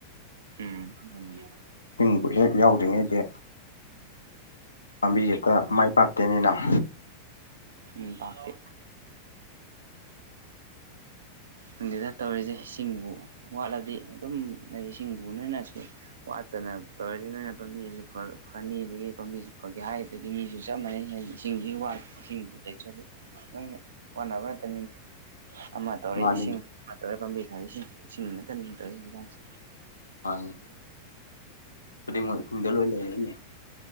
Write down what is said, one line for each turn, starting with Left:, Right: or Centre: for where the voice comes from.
Right: ꯎꯝ ꯎꯝ
Left: ꯏꯁꯤꯡꯕꯨ ꯍꯦꯛ ꯌꯥꯎꯗ꯭ꯔꯤꯉꯩꯗꯤ ꯄꯥꯝꯕꯤ ꯍꯦꯛꯇ ꯃꯥꯏ ꯄꯥꯛꯇꯦꯅꯦ ꯏꯅꯥꯎ
Right: ꯎꯝ ꯇꯥꯥꯛꯇ
Left: <inaudible>
Right: ꯗꯪꯗꯤꯗ ꯇꯧꯔꯤꯖꯦ ꯏꯁꯤꯡꯕꯨ ꯋꯥꯠꯂꯗꯤ ꯑꯗꯨꯝ ꯍꯥꯏꯗꯤ ꯏꯁꯤꯡꯕꯨ ꯅꯣꯏꯅꯁꯨ ꯋꯥꯠꯇꯅ ꯇꯧꯔꯗꯤ ꯅꯣꯏꯅ ꯄꯥꯝꯕꯤꯖꯤꯖꯨ ꯐ ꯐꯅꯤ ꯑꯗꯒꯤ ꯄꯥꯝꯕꯤꯁꯤ ꯐꯒꯦ ꯍꯥꯏ ꯑꯗꯒꯤ ꯃꯤꯖꯨ ꯆꯞ ꯃꯥꯟꯅꯩ ꯍꯦ ꯏꯁꯤꯡꯖꯤ ꯋꯥꯠ ꯏꯁꯤꯡꯕꯨ ꯂꯩꯇ꯭ꯔꯗꯤ ꯅꯣꯏꯅ ꯋꯥꯅꯕ ꯉꯥꯛꯇꯅꯤꯅꯦ ꯑꯃ ꯇꯧꯔꯦ
Left: ꯃꯥꯅꯤ
Right: ꯏꯁꯤꯡ ꯑꯃ ꯇꯧꯔꯦ ꯄꯥꯝꯕꯤ ꯈꯔ ꯏꯁꯤꯡ ꯏꯁꯤꯡ ꯅꯠꯇꯅꯤ ꯇꯧꯔꯦ ꯍꯧꯖꯤꯛꯀꯥꯟꯁꯤ
Left: ꯃꯅꯤ ꯈꯨꯗꯤꯡꯃꯛ ꯏꯁꯤꯡꯗ ꯂꯣꯏ ꯂꯩꯔꯦꯅꯦ